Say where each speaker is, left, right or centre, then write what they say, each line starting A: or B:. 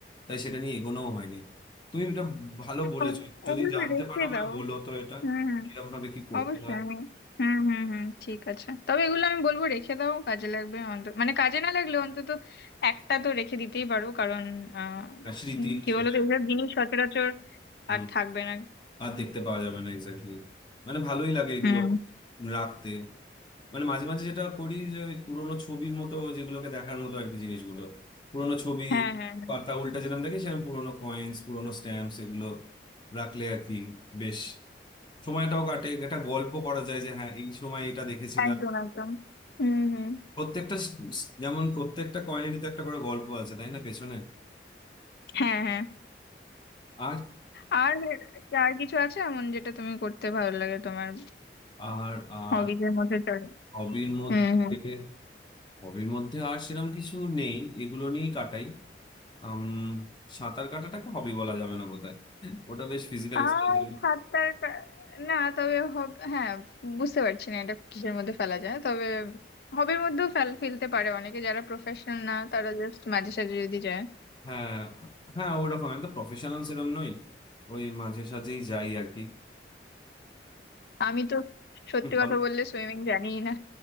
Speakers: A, on the left (about 25°); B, on the left (about 60°).
A: তাই সেটা নিয়ে এগোনোও হয়নি তুমি এটা ভালো বলেছো
B: ও-
A: যদি
B: ওগুলো
A: জানতে
B: রেখে
A: পারো আমায়
B: দাও
A: বলো তো এটা
B: হুম হুম
A: কিরকম ভাবে কি করতে
B: অবশ্যই
A: হয়
B: আমি হুম হুম হুম ঠিক আছে তবে এগুলো আমি বলবো রেখে দাও কাজে লাগবে অন্তত মানে কাজে না লাগলে অন্তত একটা তো রেখে দিতেই পারো কারণ আহ
A: হ্যাঁ, স্মৃতি
B: উম,
A: হিসেবে
B: কি বলতো এইসব জিনিস সচরাচর
A: হুম,
B: আর থাকবে না
A: আর দেখতে পাওয়া যাবে না এক্স্যাক্টলি মানে ভালোই লাগে এগুলো
B: হুম
A: রাখতে মানে মাঝে মাঝে যেটা করি যে ওই পুরোনো ছবির মতো যেগুলোকে দেখার মতো আর কি জিনিসগুলো পুরোনো ছবি
B: হ্যাঁ হ্যাঁ
A: পাতা উল্টা যেরকম দেখি সেরকম পুরোনো কয়েন্স পুরোনো স্ট্যাম্পস এগুলো রাখলে আর কি বেশ সময়টাও কাটে একটা গল্প করা যায় যে হ্যাঁ এই সময় এটা দেখেছিলাম
B: একদম একদম হুম হুম
A: প্রত্যেকটা স- স- যেমন প্রত্যেকটা কয়েনেরই তো একটা করে গল্প আছে তাই না পেছনে
B: হ্যাঁ হ্যাঁ
A: আর
B: আর কি আর কিছু আছে এমন যেটা তুমি করতে ভালো লাগে তোমার
A: আর আর
B: হবিজ এর মধ্যে চলে
A: হবির মধ্যে
B: হুম হুম
A: হবির মধ্যে আর সেরকম কিছু নেই এগুলো নিয়েই কাটাই আম, সাঁতার কাটাটাকে হবি বলা যাবে না বোধহয় ওটা বেশ ফিজিক্যাল
B: আর
A: এক্সারসাইজ
B: সাঁতার কা- না তবে হব হ্যাঁ বুঝতে পারছি না এটা কিসের মধ্যে ফেলা যায় তবে হবির মধ্যেও ফেল ফেলতে পারে অনেকে যারা প্রফেশনাল না তারা জাস্ট মাঝে সাঝে যদি যায়
A: হ্যাঁ হ্যাঁ ওরকম একদম প্রফেশনাল সেরকম নই ওই মাঝে সাঝেই যাই আর কি
B: আমি তো সত্যি কথা
A: আর
B: বললে সুইমিং জানিই না